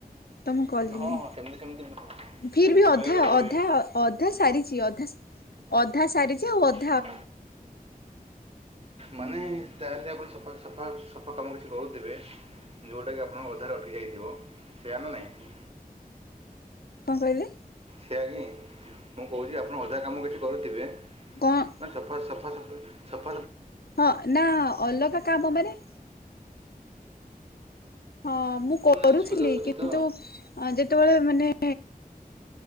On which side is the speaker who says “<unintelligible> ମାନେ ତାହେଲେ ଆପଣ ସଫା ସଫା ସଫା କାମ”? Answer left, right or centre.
Right